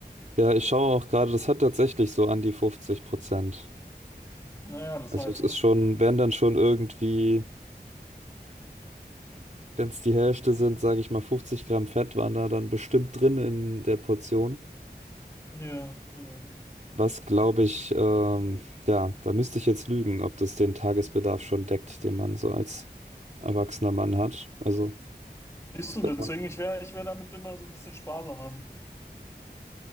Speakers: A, on the right; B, on the left.
A: Ja, ich schaue auch gerade, das hat tatsächlich so an die 50 Prozent.
B: Naja, das
A: Also
B: halt,
A: es ist
B: ne?
A: schon, wären dann schon irgendwie, wenn es die Hälfte sind, sage ich mal, 50 Gramm Fett waren da dann bestimmt drin in der Portion.
B: Ja, ja.
A: Was glaube ich, ähm, ja, da müsste ich jetzt lügen, ob das den Tagesbedarf schon deckt, den man so als erwachsener Mann hat. Also,
B: Siehst du,
A: äh,
B: deswegen, ich wäre ich wär damit immer so ein bisschen sparsamer.